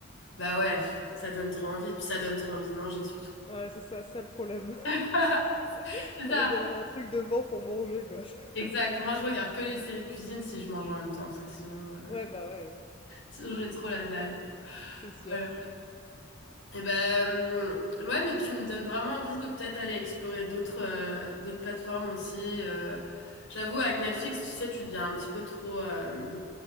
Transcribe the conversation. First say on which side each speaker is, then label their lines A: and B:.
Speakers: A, on the left; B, on the left.
A: bah ouais, ça donne trop envie. Puis ça donne trop envie de manger surtout.
B: ouais, c'est ça, ça le problème.
A: <laughs>
B: <laughs>
A: C'est ça,
B: t'as envie d'avoir un truc devant pour manger, quoi. <laughs>
A: exact. Moi, je regarde que les séries de cuisine si je mange en même temps, parce que sinon, euh,
B: Ouais, bah, ouais,
A: sinon j'ai trop la dalle.
B: c'est sûr.
A: Euh, Et ben, euh, ouais, mais tu me donnes vraiment envie de peut-être aller explorer d'autres euh, d'autres plateformes aussi. euh. J'avoue, avec Netflix, tu sais, tu deviens un petit peu trop euh,